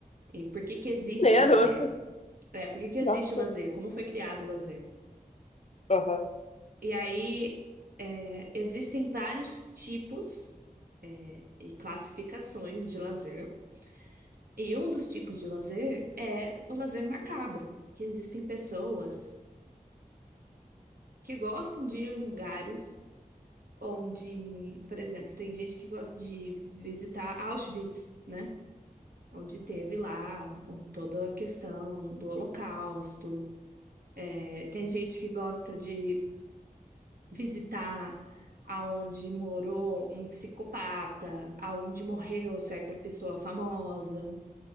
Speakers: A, on the right; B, on the left.
A: e por que que existe
B: Maneiro.
A: lazer. É, por que que existe
B: Nossa.
A: lazer? Como foi criado o lazer?
B: Aham,
A: E aí, é, existem vários tipos e classificações de lazer. E um dos tipos de lazer é o lazer macabro, que existem pessoas que gostam de ir em lugares onde, por exemplo, tem gente que gosta de visitar Auschwitz, né? Onde teve lá o- toda a questão do Holocausto. É, tem gente que gosta de visitar aonde morou um psicopata, aonde morreu certa pessoa famosa.